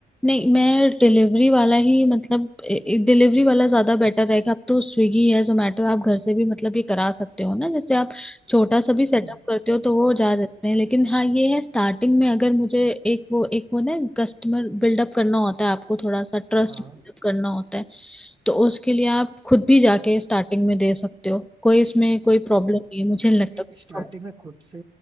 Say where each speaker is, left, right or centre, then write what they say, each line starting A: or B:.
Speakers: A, in the centre; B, on the right.
A: नहीं मैं डिलीवरी वाला ही मतलब डिलीवरी वाला ज़्यादा बेटर रहेगा अब तो स्विगी है जोमेटो आप घर से भी मतलब ये करा सकते हो ना जैसे आप छोटा सा भी सेटअप
B: नहीं
A: करते हो तो वो जा सकते हैं लेकिन हाँ ये है स्टार्टिंग में अगर मुझे एक वो एक वो ना कस्टमर बिल्डअप करना होता है आपको थोड़ा सा ट्रस्ट
B: हाँ
A: बिल्डअप करना होता है तो उसके लिए आप खुद भी जाके स्टार्टिंग में दे सकते हो कोई इसमें कोई प्रॉब्लम नहीं है मुझे नहीं लगता
B: नहीं
A: कोई
B: स्टार्टिंग
A: प्रॉब्लम।
B: में खुद से